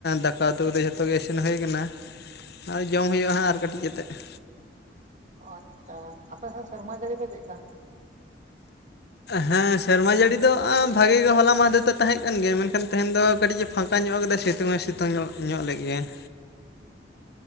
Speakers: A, on the left (about 60°); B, on the right (about 40°).
A: ᱫᱟᱠᱟ ᱩᱛᱩ ᱠᱚᱫᱚ ᱡᱷᱚᱛᱚ ᱜᱮ ᱤᱥᱤᱱ ᱦᱩᱭ ᱠᱟᱱᱟ ᱾ ᱟ ᱡᱚᱢ ᱦᱩᱭᱩᱜ-ᱟ ᱦᱟᱸᱜ ᱟᱨ ᱠᱟᱹᱴᱤᱡ ᱠᱟᱛᱮᱫ ᱾
B: ᱚᱱᱠᱟ ᱟᱯᱮ ᱥᱮᱫ ᱥᱮᱨᱢᱟ ᱡᱟᱹᱲᱤ ᱫᱚ ᱪᱮᱜ ᱠᱟ?
A: ᱦᱮᱸ ᱥᱮᱨᱢᱟ ᱡᱟᱹᱲᱤ ᱫᱚ ᱵᱷᱟᱜᱤ ᱜᱮ ᱦᱚᱞᱟ ᱢᱟᱦᱫᱮᱨ ᱫᱚ ᱛᱟᱦᱮᱸ ᱠᱟᱱ ᱜᱮᱭᱟ, ᱢᱮᱱᱠᱷᱟᱱ ᱛᱮᱦᱮᱧ ᱫᱚᱼᱼ ᱠᱟᱹᱴᱤᱡ ᱮ ᱯᱷᱟᱸᱠᱟ ᱧᱚᱜ ᱠᱟᱫᱟ ᱥᱤᱛᱩᱝ ᱦᱚᱸ ᱥᱤᱛᱩᱝ ᱧᱚᱜ ᱞᱮ ᱜᱮ ᱾